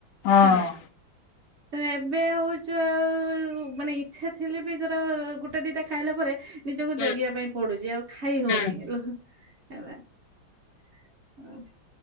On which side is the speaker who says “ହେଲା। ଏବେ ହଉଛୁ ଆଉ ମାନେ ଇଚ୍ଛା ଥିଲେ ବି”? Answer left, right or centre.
Right